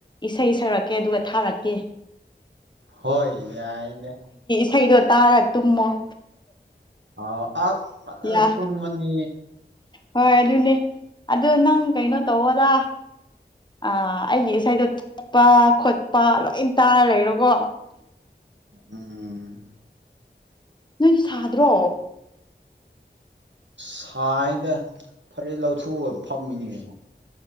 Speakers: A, on the left; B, on the right.
A: ꯏꯁꯩ ꯁꯛꯔꯛꯀꯦ ꯑꯗꯨꯒ ꯊꯥꯔꯛꯀꯦ
B: ꯍꯣꯏ ꯌꯥꯅꯦ
A: ꯊꯩꯗꯣ ꯇꯥꯔ ꯇꯨꯝꯃꯣ
B: ꯑꯥꯎ ꯑ
A: ꯌꯥ
B: ꯇꯨꯝꯅꯤ
A: ꯍꯣꯏ ꯑꯗꯨꯅꯦ ꯑ ꯅꯪ ꯀꯩꯅꯣ ꯇꯧꯋꯗ ꯑ ꯑꯩꯒꯤ ꯏꯁꯩꯗꯣ ꯆꯠꯄ ꯈꯣꯠꯄ ꯂꯣꯏ ꯇꯥꯔ ꯂꯩꯔꯣꯀꯣ
B: ꯎꯝ
A: ꯅꯣꯏꯒꯤ ꯁꯥꯗ꯭ꯔꯣ
B: ꯁꯥꯏꯗ ꯐꯔꯦ ꯂꯧꯊꯣꯛꯑ ꯐꯝꯃꯤꯅꯤ ꯀꯉꯣ